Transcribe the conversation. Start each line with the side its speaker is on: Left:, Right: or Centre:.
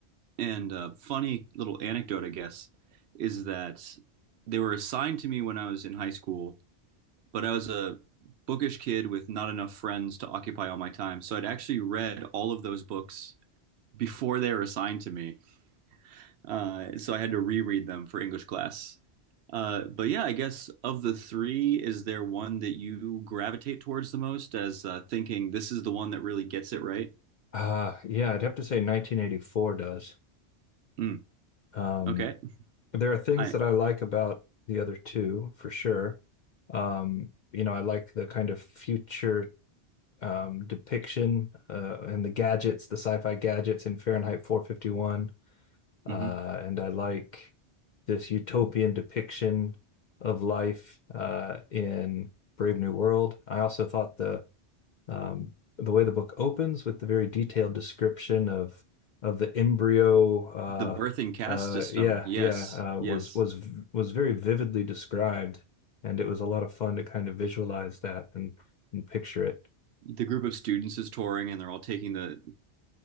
Right: And uh, funny little anecdote, I guess, is that they were assigned to me when I was in high school, but I was a bookish kid with not enough friends to occupy all my time. So I'd actually read all of those books before they were assigned to me. Uh, so I had to reread them for English class. Uh, but yeah, I guess of the three, is there one that you gravitate towards the most as uh, thinking this is the one that really gets it right?
Left: Uh, yeah, I'd have to say 1984 does.
Right: Mm,
Left: Um,
Right: okay.
Left: there are things
Right: I
Left: that I like about the other two for sure. Um, you know, I like the kind of future um, depiction uh, and the gadgets, the sci-fi gadgets in Fahrenheit 451. uh,
Right: hmm
Left: and I like this utopian depiction of life uh, in Brave New World. I also thought the um, the way the book opens with the very detailed description of of the embryo, uh,
Right: The birth and caste
Left: uh,
Right: system.
Left: yeah,
Right: Yes,
Left: yeah, uh,
Right: yes.
Left: was was was very vividly described, and it was a lot of fun to kind of visualize that and and picture it.
Right: The group of students is touring and they're all taking the